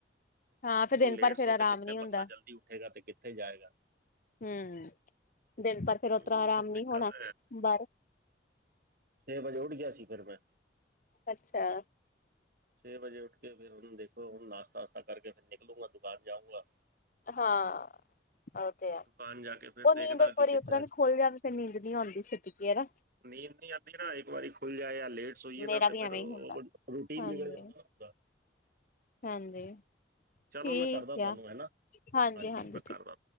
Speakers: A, on the left (about 50°); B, on the right (about 55°).
A: ਹਾਂ ਫਿਰ ਦਿਨ
B: ਡੇਢ
A: ਭਰ
B: ਸੌ
A: ਫੇਰ ਆਰਾਮ
B: ਤੇ ਕਿੱਥੇ
A: ਨੀ
B: ਬੰਦਾ
A: ਹੁੰਦਾ
B: ਜਲਦੀ ਉੱਠੇਗਾ ਤੇ ਕਿੱਥੇ ਜਾਏਗਾ
A: ਹੂੰ ਦਿਨ ਪਰ ਫਿਰ ਓ
B: ਉਹੀ
A: ਤਰ ਆਰਾਮ
B: ਸਭ
A: ਨੀ
B: ਦਿੱਕਤ
A: ਹੋਣਾ ਬਾਹਰ
B: ਛੇ ਵਜੇ ਉੱਠ ਗਿਆ ਸੀ ਫਿਰ ਮੈਂ
A: ਅੱਛਾ
B: ਛੇ ਵਜੇ ਉੱਠ ਕੇ ਫਿਰ ਹੁਣ ਦੇਖੋ ਨਾਸ਼ਤਾ ਵਸ਼ਤਾ ਕਰਕੇ ਫਿਰ ਨੀ <unintelligible> ਦੁਕਾਨ ਜਾਊਂਗਾ
A: ਹਾਂ। ਉਹ ਤੇ
B: ਦੁਕਾਨ ਜਾ ਕੇ ਫਿਰ
A: ਉਹ ਨੀਂਦ
B: ਦੇਖਦਾ
A: ਇੱਕ
B: ਕਿ
A: ਵਾਰੀ
B: ਕਿਸ
A: ਉਤਰ
B: ਤਰ੍ਹਾਂ
A: ਵੀ ਖੁੱਲ ਜਾਂਵੇ ਫਿਰ ਨੀਂਦ ਨੀ ਆਉਂਦੀ ਫਿਰ ਟਿੱਕਿਆ ਰਹਿ
B: ਨੀਂਦ ਨਹੀਂ ਆਂਦੀ ਨਾ ਇੱਕ ਵਾਰੀ ਖੁੱਲ ਜਾਏ ਜਾ ਲੇਟ ਸੋਈਏ ਨਾ
A: ਮੇਰਾ
B: ਤੇ
A: ਵੀ
B: ਫਿਰ
A: ਐਵੇਂ
B: ਰੂਟੀਨ
A: ਹੀ ਹੁੰਦਾ ਹਾਂਜੀ
B: ਵਿਗੜੇ ਮਤਲਬ ਹੁੰਦਾ
A: ਹਾਂਜੀ
B: ਚਲੋ
A: ਠੀਕ
B: ਮੈਂ ਕਰਦਾ ਤੁਹਾਨੂੰ
A: ਆ
B: ਹੈ ਨਾ
A: ਹਾਂਜੀ ਹਾਂਜੀ
B: ਮੈਂ
A: ਠੀਕ
B: ਕਰਦਾ